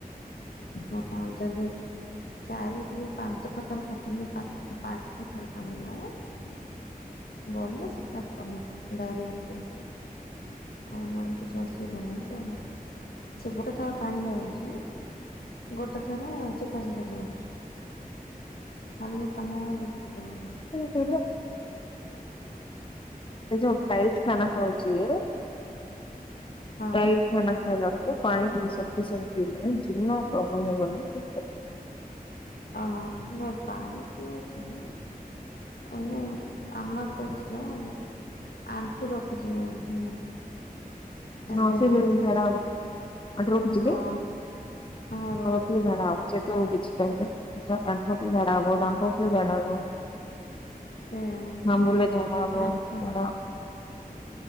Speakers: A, on the left (about 80°); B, on the left (about 35°).
A: ହଁ ଆଉଛନ୍ତି। <unintelligible> <inaudible> <unintelligible> କିଛି ଅସୁବିଧା ନାହିଁ କହିଲେ। ସେ ଗୋଟେ ଥର ପାଣି ଯାଉଛି ଗୋଟେ ଥର ଚେକା ଚେକା ଯାଉଛି ଖାଲି ପାଣି <unintelligible>
B: ଯେମିତି ହେଲେ ଯୋଉ ଟାଇଟ୍ <unintelligible> ଖାନା ଖାଉଛି <unintelligible>
A: ହଁ
B: <unintelligible>
A: ଅଁ ନାଇଁ ପାଣି ପିଉଛି। ଆ ଆମା କହୁଥିଲେ ଆମର, ଆଣ୍ଠୁ ରଖୁଛି ନାଇଁ କି
B: <unintelligible>
A: ଏବେ
B: <unintelligible>
A: ହଁ ହଁ ରଖୁଛି
B: <unintelligible>
A: ସେ ଆ <unintelligible> ନା
B: ଆମ୍ବୁଲିଲେ ଝାଡା ହବ
A: ଝାଡ଼ା
B: ଝାଡା